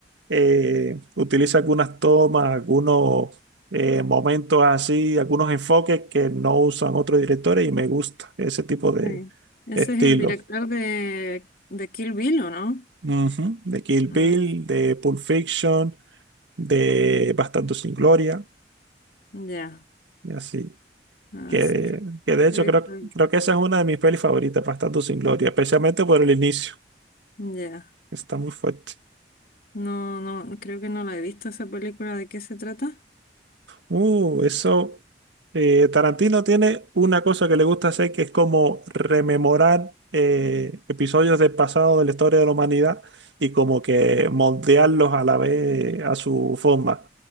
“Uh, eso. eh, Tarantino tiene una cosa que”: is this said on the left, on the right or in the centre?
Right